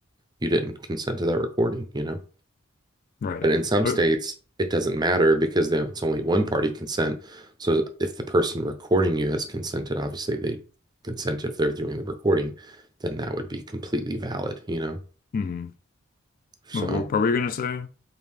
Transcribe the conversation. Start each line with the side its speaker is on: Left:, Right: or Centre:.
Right: you didn't consent to that recording, you know?
Left: Right.
Right: But in some
Left: Uh,
Right: states, it doesn't matter because they, it's only one party consent. So if the person recording you has consented, obviously they consent if they're doing the recording, then that would be completely valid, you know?
Left: mhm.
Right: So
Left: What, what were we gonna say?